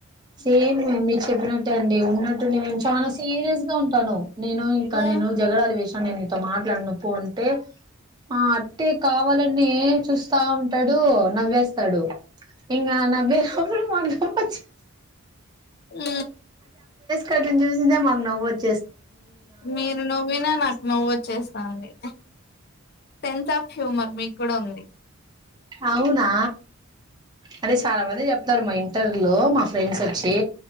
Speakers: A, on the right; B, on the left.
A: సేమ్ మీరు చెప్పినట్టెఅండి ఉన్నట్టుండి మేమ్ చానా సీరియస్ గా ఉంటాను నేను ఇంకా
B: మ్మ్
A: నేను జగడాలు వేసి నేను నీతో మాట్లాడను పో అంటే ఆ అట్టే కావాలని చూస్తా ఉంట్ టడు నవ్వేస్తాడు ఇంగ నవ్వేప్పుడు మాకూ నవ్వొచ్చిద్
B: ఉ
A: కటింగ్ చూసిందే మాక్ నవ్వొచ్
B: మీరు నవ్విన నాకు నువ్వొచ్చేస్తాంది సెన్స్ ఆఫ్ హ్యూమర్ మీకు కూడా ఉంది
A: అవునా అదే చాలా మంది చెప్తారు మా ఇంటర్ లో మా ఫ్రెండ్సోచ్చి